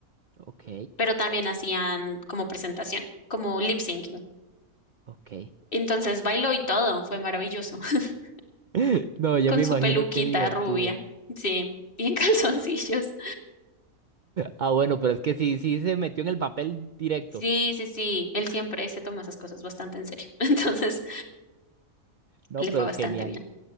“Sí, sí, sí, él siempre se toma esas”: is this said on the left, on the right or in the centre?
Left